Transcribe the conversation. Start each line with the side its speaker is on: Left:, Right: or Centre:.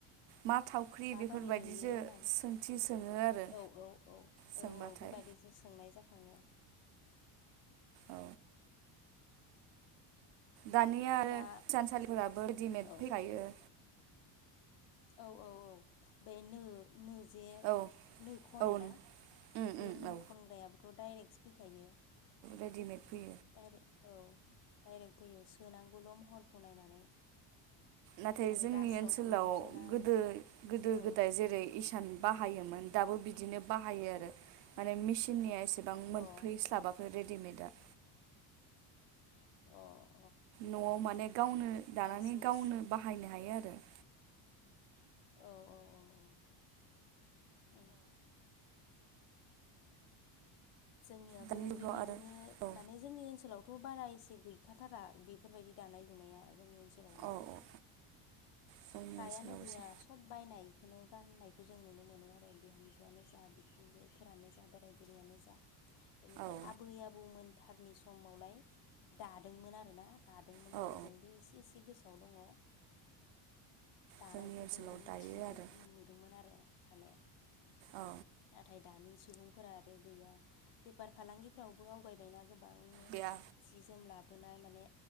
Right: मा थावख्रि
Left: माबोरै
Right: बेफोरबायदिसो
Left: लुयो होनानै
Right: सोंथि सोङो आरो
Left: औ औ औ
Right: सोंबाथाय
Left: औ औ बेबादिसो सोंनाय जा आङो।
Right: औ दानिया आरो
Left: दा
Right: थानसालिफोराबो रेदिमेद
Left: औ
Right: फैखायो।
Left: औ औ औ बेनो नोजे
Right: औ
Left: नो ख'नो
Right: औ
Left: ना
Right: उम
Left: बै
Right: उम
Left: नो
Right: औ
Left: खनग्रायाबोथ' दाइरेगसो फैखायो।
Right: रेदिमेद फै
Left: दाइरेक औ दाइरेक फैयो सोनांगौल' महरखौ नायनानै।
Right: नाथाय
Left: आरो
Right: जोंनि
Left: रासोआव
Right: ओनसोलाव
Left: खुन्दुं सोनाय
Right: गोदो गोदो
Left: औ
Right: गोदाय जेरै इसान बाहायोमोन दाबो बिदिनो बाहायो आरो। माने
Left: औ
Right: मेसिननिया एसेबां मोनफैस्लाबाखैरे।
Left: अ
Right: दिमेदा।
Left: अह।
Right: न'आव माने गावनो दानानै
Left: दासिमबो
Right: गावनो बाहायनो हायो आर <inaudible>
Left: औ औ औ औ ओम जोंनियाबो
Right: दानि जुगाव
Left: बेबायदिनो
Right: आरो औ
Left: माने जोंनि ओनसोलाव थ' बारा एसे गैखाथारा बेफोरबायदि दानाय लुनाया जोंनि ओनसोलावहाय
Right: औ औ जोंनि
Left: फ्रायानो
Right: ओनसोलाव
Left: गैया
Right: एसे
Left: सब बायनाय बेखोनो गाननायखौ जों नुनो मोनो आरो बिहामजोआनो जा बिखुनजोफोरानो जा बोराय बुरैयानो जा बेनिफ्राय
Right: औ
Left: आबै आबौमोन थारनि समावलाय दादोंमोन आरोना दादोंमोननो
Right: औ औ
Left: जोंबो इसे एसे गोसो दाव दङ दानायखौ
Right: जोंनि ओनसोलाव
Left: जोंबो मिन्थि
Right: दायो
Left: जों
Right: आरो
Left: नुदोंमोन आरो माने
Right: औ
Left: नाथाय दानि जु सुबुंफोरा आरो गैया बेफार फालांगिफ्रावबो आवगायबायना गोबां गोबांनो
Right: गैया
Left: सि जोम लाबो बोनाय माने